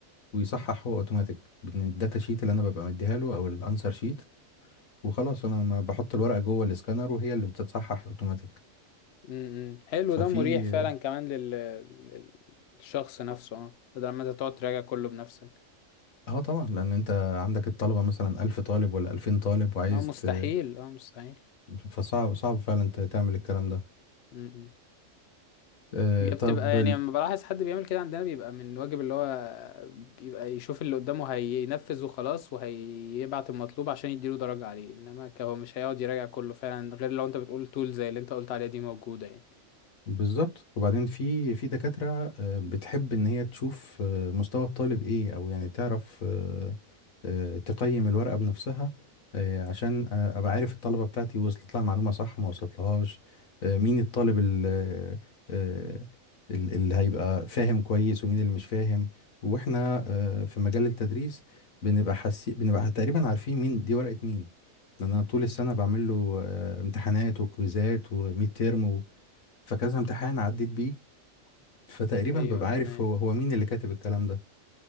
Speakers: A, on the left; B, on the left.
A: ويصحح هو أوتوماتيك من الداتا شيت اللي أنا ببقى مديها له أو الأنسر شيت وخلاص أنا ما بحط الورقة جوه الإسكانر وهي اللي بتتصحح أوتوماتيك
B: امم حلو
A: ففي
B: ده مريح فعلا كمان لل... لل- للشخص نفسه اه بدل ما انت تقعد تراجع كله بنفسك
A: اه طبعا لان انت عندك الطلبه مثلا ألف طالب ولا ألفين طالب وعايز
B: اه مستحيل
A: ت...
B: اه مستحيل
A: فصعب صعب فعلا ت- تعمل الكلام ده
B: امم
A: آه،
B: هي بتبقى
A: طب
B: يعني لما بلاحظ حد بيعمل كده عندنا بيبقى من واجب اللي هو بيبقى يشوف اللي قدامه هينفذ وخلاص وهيبعت المطلوب عشان يديله درجة عليه انما ك- هو مش هيقعد يراجع كله فعلا غير لو انت بتقول تول زي اللي انت قلت عليها دي موجودة يعني
A: بالظبط وبعدين في في دكاترة آه، بتحب ان هي تشوف آه، مستوى الطالب ايه او يعني تعرف آه، آه، تقيم الورقة بنفسها آه، عشان آه، ابقى عارف الطلبة بتاعتي وصلت لها المعلومة صح ما وصلتلهاش آه، مين الطالب ال- آه، آه، ال- اللي هيبقى فاهم كويس ومين اللي مش فاهم واحنا آه، في مجال التدريس بنبقى حسي... بنبقى تقريبا عارفين مين دي ورقة مين لأن انا طول السنة بعمل له آه، امتحانات وكويزات وميد تيرم فكذا امتحان عديت بيه فتقريبا
B: ايوه
A: ببقى
B: تمام
A: عارف هو هو مين اللي كاتب الكلام ده